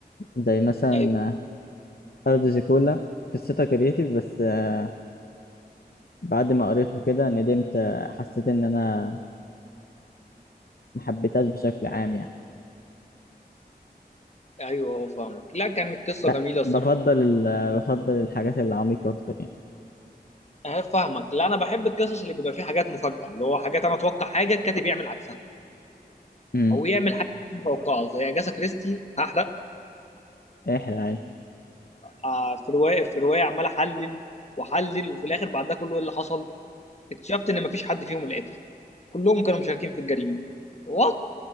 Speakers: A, on the left; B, on the left.
A: زي مثلا
B: ايوه
A: آه، أرض زيكولا قصتها كرياتيف بس آه بعد ما قريته كده ندمت آه حسيت إن أنا ما حبيتهاش بشكل عام يعني
B: ايوه هو فاهمك لا كانت قصه
A: ب-
B: جميله الصراحه
A: بفضل ال- آه، بفضل الحاجات العميقة أكتر يعني
B: انا فاهمك لا انا بحب القصص اللي بيبقى فيها حاجات مفاجاه اللي هو حاجات انا اتوقع حاجه الكاتب يعمل عكسها
A: امم
B: او يعمل حاجه مش متوقعه زي اجاسا كريستي هحرق
A: احرق عادي
B: آه، في روايه في روايه عمال احلل واحلل وفي الاخر بعد ده كله ايه اللي حصل اكتشفت ان مفيش حد فيهم القاتل كلهم كانوا مشاركين في الجريمه وات